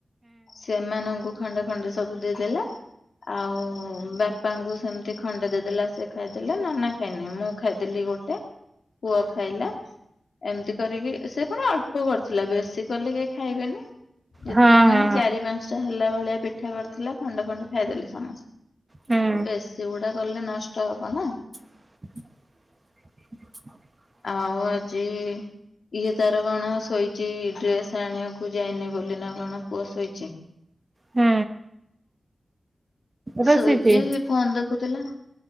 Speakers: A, on the left (about 85°); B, on the right (about 25°).
A: ସେମାନଙ୍କୁ ଖଣ୍ଡେ ଖଣ୍ଡେ ସବୁ ଦେଇଦେଲା। ଆଉ ବାପାଙ୍କୁ ସେମତି ଖଣ୍ଡେ ଦେଇଦେଲା ସେ ଖାଇଦେଲା। ନନା ଖାଇନି ମୁଁ ଖାଇଦେଲି ଗୋଟେ ପୁଅ ଖାଇଲା ଏମିତି କରିକି ସେ ଫୁଣି ଅଳ୍ପ କରିଥିଲା ବେଶୀ କଲେ କେହି ଖାଇବେନି। ଯେତିକି
B: ହଁ
A: ମାନେ
B: ହଁ
A: ଚାରି ପାଞ୍ଚଟା ହେଲା ଭଳିଆ ପିଠା କରିଥିଲା ଖଣ୍ଡେ ଖଣ୍ଡେ ଖାଇଦେଲେ ସମ
B: ହୁଁ
A: ବେଶୀ ଗୁଡା କଲେ ନଷ୍ଟ ହବ ନା।
B: <inaudible>
A: ଆଉ ଆଜି ଇଏ ତାର କଣ ଶୋଇ ଚି ଡ୍ରେସ୍ ଆଣିବାକୁ ଯାଇନି ବୋଲି ନା କଣ ପୁଅ ଶୋଇଚି।
B: ହୁଁ। ରୁଷିଛି
A: ଶୋଇଚି ହେ ଫୋନ୍ ଦେଖୁଥିଲା।